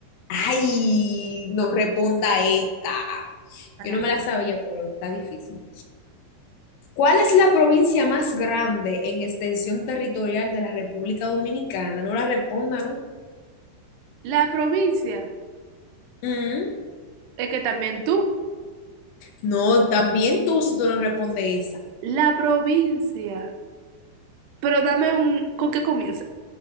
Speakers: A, on the left; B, on the right.
A: Ay, no responda esta.
B: Ajá.
A: Yo no me la sabía, pero está difícil. ¿Cuál es la provincia más grande en extensión territorial de la República Dominicana? No la responda, ¿no?
B: La provincia.
A: Mm.
B: Es que también tú.
A: No, también tú si tú no respondes esa.
B: La provincia. Pero dame un... ¿Con qué comienza?